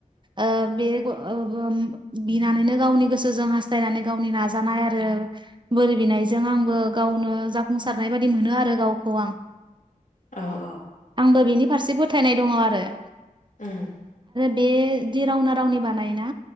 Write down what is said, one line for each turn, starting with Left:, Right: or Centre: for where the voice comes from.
Right: ओ बे ओ गोम बिनानैनो गावनि गोसोजों हास्थायनानै गावनि नाजानाय आरो बोर बिनायजों आंबो गावनो जाफुंसारनाय बायदि मोनो आरो गावखौ आं
Left: औ औ
Right: आंबो बिनि फारसे फो फोथायनाय दङ आरो
Left: उम
Right: बे दि रावना रावनि बानायोना